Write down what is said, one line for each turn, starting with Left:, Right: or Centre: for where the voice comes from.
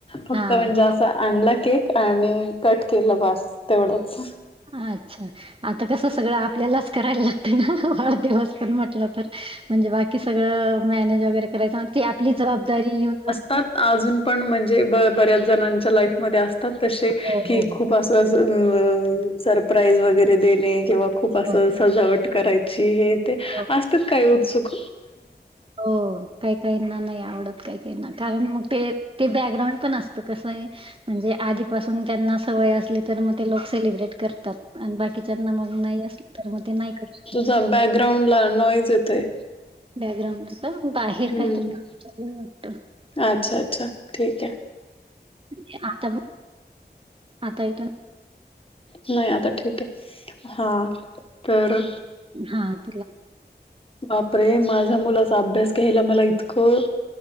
Left: फक्त
Right: हा.
Left: म्हणजे असं आणला केक आणि कट केलं बास तेवढंच.
Right: अच्छा आता कसं सगळं आपल्यालाच कराय लागतं ना वाढदिवस पण म्हटलं तर. म्हणजे बाकी सगळं मॅनेज वगैरे करायचं ती आपली जबाबदारी. <unintelligible>
Left: तात अजून पण म्हणजे ब बऱ्याच जणांच्या लाईफ मध्ये असतात तशे
Right: हो
Left: की
Right: हो
Left: खूप अस तसं उम्म सरप्राईज वगैरे देणे किंवा खूप असं
Right: हो
Left: सजावट कराय ची हे ते
Right: हो.
Left: असतेत काय उत्सुक.
Right: हो काही काही ना नाही आवडत काही काही ना कारण मग ते ते बॅकग्राउंड पण अस ता कसंय म्हणजे आधीपासून त्यांना सवय असली तर म ते लोक सेलिब्रेट कर तात आणि बाकीच्यांना मग नाही असलं तर मग ते नाही करू. <inaudible>
Left: जा बॅकग्राऊंड ला नॉईज येतोय.
Right: बॅकग्राउंड ला का बाहेर
Left: हम्म
Right: काही तरी काम चालूय वाटतं.
Left: अच्छा अच्छा. ठीक आहे.
Right: हे आता बघ, आता येतो ना?
Left: नाही आता ठीक हाय. हा तर
Right: हा. तिला
Left: बापरे माझ्या मुलाचा अभ्यास घ्यायला मला इतकं